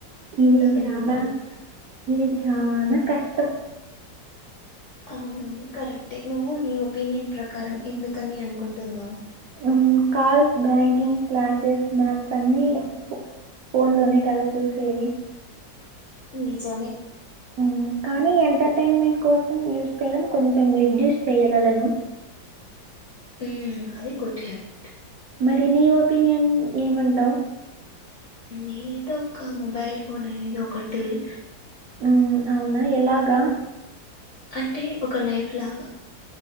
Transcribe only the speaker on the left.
ఉండగలుగుతామా?
అవునవును కరెక్టే నువ్వు నీ ఒపీనియన్ ప్రకారం ఎందుకని అనుకుంటున్నావ్
నిజమే
ఉమ్మ్ అది గుడ్ హ్యాబిట్
నేనైతే ఒక మొబైల్ ఫోన్ అనెది ఒక టూల్
అంటే ఒక నైఫ్ లాగా